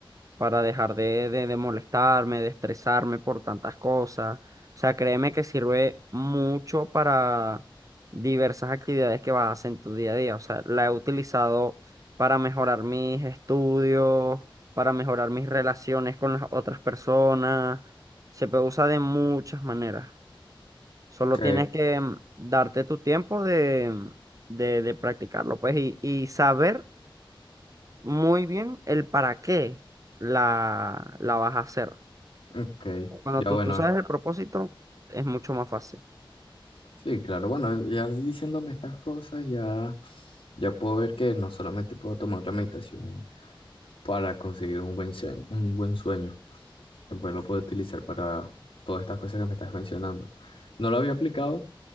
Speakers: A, on the right; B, on the left.
A: para dejar de, de, de molestarme, de estresarme por tantas cosas. O sea, créeme que sirve mucho para diversas actividades que vas a hacer en tu día a día. O sea, la he utilizado para mejorar mis estudios, para mejorar mis relaciones con las otras personas. Se puede usar de muchas maneras. Solo
B: Ok,
A: tienes que mm, darte tu tiempo de, de, de practicarlo, pues, y, y saber muy bien el para qué la, la vas a hacer.
B: ok.
A: Cuando
B: Ya
A: tú,
B: bueno,
A: tú sabes el propósito, es mucho más fácil.
B: sí, claro, bueno, ya diciéndome estas cosas, ya, ya puedo ver que no solamente puedo tomar la meditación para conseguir un buen sueño, un buen sueño que pues lo puedo utilizar para todas estas cosas que me estás mencionando. No lo había aplicado,